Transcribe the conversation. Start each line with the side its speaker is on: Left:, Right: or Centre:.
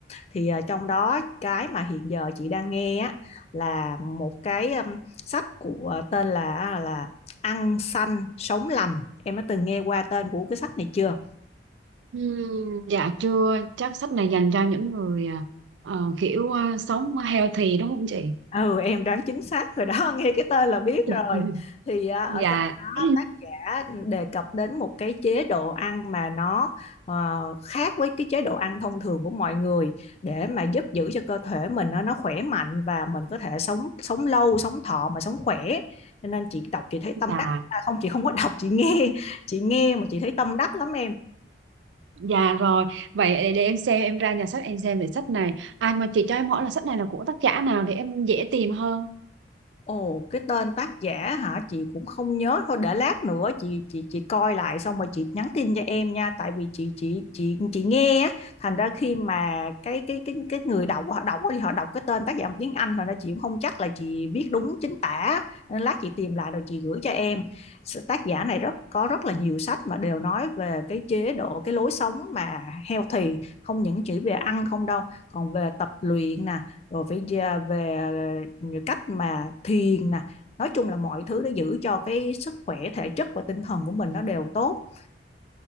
Left: Thì ờ, trong đó cái mà hiện giờ chị đang nghe á là một cái ừm, sách của ờ, tên là à, là ăn xanh sống lành em đã từng nghe qua tên của cái sách này chưa
Right: Ừm, dạ chưa chắc sách này dành cho những người à, ờ, kiểu à, sống healthy đúng không chị
Left: ừ em đoán chính xác rồi đó <laughs> nghe cái tên là biết
Right: <laughs>
Left: rồi thì à, ở
Right: dạ
Left: trong đó
Right: <clears throat>
Left: tác giả đề cập đến một cái chế độ ăn mà nó ờ, khác với cái chế độ ăn thông thường của mọi người để mà giúp giữ cho cơ thể mình nó nó khỏe mạnh và mình có thể sống sống lâu sống thọ mà sống khỏe cho nên chị đọc chị thấy
Right: dạ
Left: tâm đắc À, không chị không có đọc chị nghe chị nghe mà chị thấy tâm đắc lắm em
Right: dạ rồi vậy để, để em xem em ra nhà sách em xem về sách này ai mà chị cho em hỏi là sách này là của tác giả nào để em dễ tìm hơn
Left: Ồ, cái tên tác giả hả chị cũng không nhớ thôi để lát nữa chị chị chị coi lại xong rồi chị nhắn tin cho em nha tại vì chị chị chị chị nghe á thành ra khi mà cái cái cái cái người đọc họ đọc thì họ đọc cái tên tác giả bằng tiếng Anh thành ra chị cũng không chắc là chị viết đúng chính tả nên lát chị tìm lại rồi chị gửi cho em Sự- tác giả này rất có rất là nhiều sách mà đều nói về cái chế độ cái lối sống mà healthy không những chỉ về ăn không đâu còn về tập luyện nè rồi phải về cách mà thiền nè nói chung là mọi thứ để giữ cho cái sức khỏe thể chất và tinh thần của mình nó đều tốt